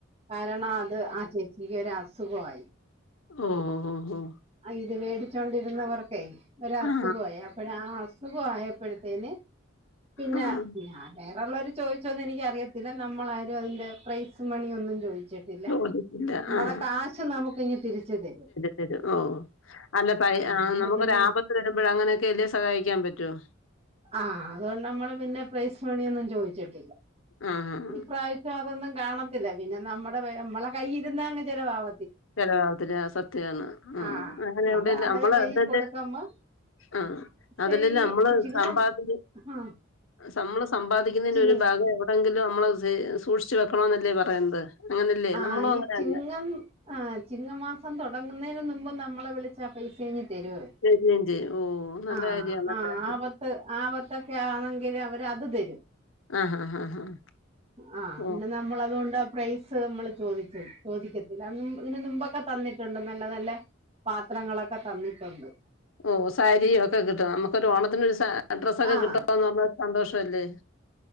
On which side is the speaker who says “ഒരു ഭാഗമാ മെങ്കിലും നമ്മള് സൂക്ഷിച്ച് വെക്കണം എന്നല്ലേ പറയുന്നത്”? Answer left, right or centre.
Left